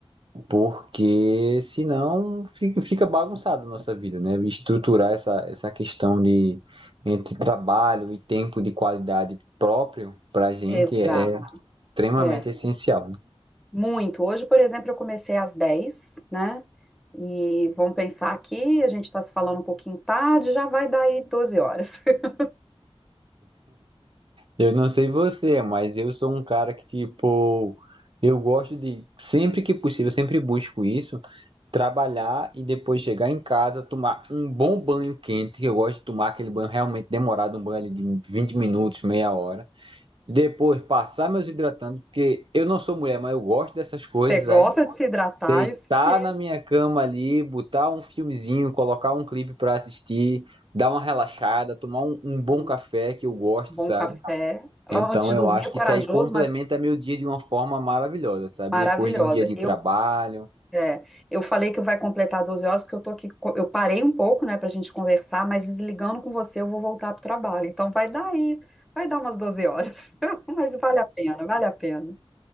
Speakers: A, on the right (about 55°); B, in the centre.
A: porque senão fica, fica bagunçada a nossa vida, né? Estruturar essa essa questão de entre trabalho e tempo de qualidade próprio para a gente
B: Exato.
A: é extremamente
B: é.
A: essencial.
B: Muito. Hoje, por exemplo, eu comecei às 10, né? E vamos pensar aqui, a gente está se falando um pouquinho tarde, já vai dar aí 12 horas. <laughs>
A: Eu não sei você, mas eu sou um cara que, tipo, eu gosto de, sempre que possível, eu sempre busco isso, trabalhar e depois chegar em casa, tomar um bom banho quente, que eu gosto de tomar aquele banho realmente demorado, um banho ali de 20 minutos, meia hora. Depois passar meus hidratantes, porque eu não sou mulher, mas eu gosto dessas coisas,
B: Você gosta
A: sabe?
B: de se hidratar,
A: Deitar
B: é isso aí.
A: na minha cama ali, botar um filmezinho, colocar um clipe pra assistir, dar uma relaxada, tomar um, um bom
B: Nossa,
A: café que eu gosto,
B: Bom
A: sabe?
B: café. Antes
A: Então,
B: de
A: eu
B: dormir,
A: acho
B: é corajoso,
A: que isso aí complementa
B: mas
A: meu dia de uma forma maravilhosa, sabe?
B: maravilhosa.
A: Depois de um dia de
B: Eu,
A: trabalho.
B: é, eu falei que vai completar 12 horas, porque eu tô aqui, co- eu parei um pouco, né, pra gente conversar, mas desligando com você, eu vou voltar pro trabalho. Então vai dar aí, vai dar umas 12 horas. <laughs> Mas vale a pena, vale a pena.